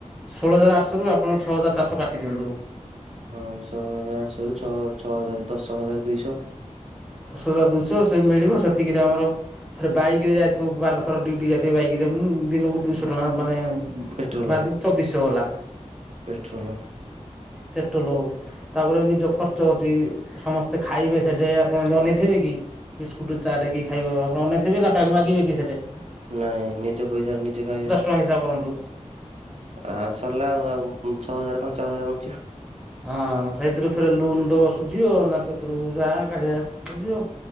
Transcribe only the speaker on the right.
ହଁ ଷୋହଳ ହଜାର ଆଠଶହ ରୁ ଛଅ ଛଅ ହଜାର ଦଶ ହଜାର ଦୁଇଶହ
ପେଟ୍ରୋଲ
ପେଟ୍ରୋଲ
ନାଇଁ ନିଜ ପଇସା ରେ ନିଜେ ଖାଇବେ।
ଆଉ ସରିଲା ଆଉ ଛଅ ହଜାର ରୁ ପାଞ୍ଚ ହଜାର ବ